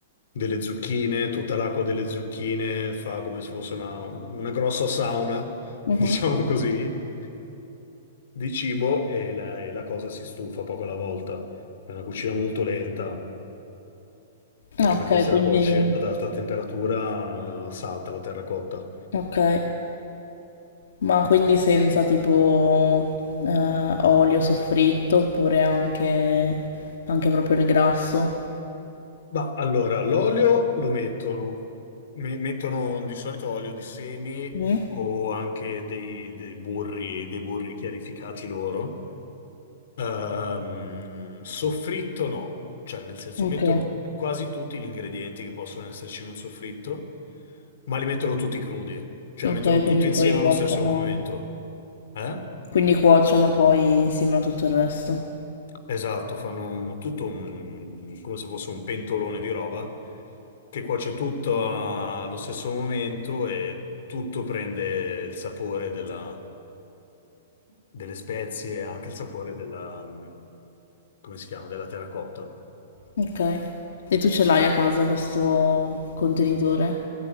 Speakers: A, on the left; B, on the left.
A: delle zucchine, tutta l'acqua delle zucchine fa come se fosse una, una grossa sauna, <laughs>
B: Mhm.
A: diciamo così, di cibo e la, e la cosa si stufa poco alla volta. È una cucina molto lenta, anche
B: Ah, Ok,
A: perché se
B: quindi...
A: la cuoci ad alta temperatura, eh, salta la terracotta.
B: Ok. Ma quindi senza tipo eh, olio soffritto oppure anche, anche proprio il grasso?
A: Ma allora, l'olio lo mettono, Me- mettono di solito olio di semi
B: Mm?
A: o anche dei, dei burri, dei burri chiarificati loro. Ehm, soffritto no, cioè nel senso
B: Ok,
A: mettono quasi tutti gli ingredienti che possono esserci in un soffritto, ma li mettono tutti crudi, cioè mettono
B: ok, quindi
A: tutti insieme
B: poi cuociono,
A: allo stesso momento. Eh?
B: quindi cuociono poi insieme a tutto il resto.
A: Esatto, fanno un- tutto un, come se fosse un pentolone di roba che cuoce tutto allo stesso momento e tutto prende il sapore della- delle spezie, e anche il sapore della, mh, come si chiama, della terracotta.
B: Ok. E tu ce l'hai a casa questo contenitore?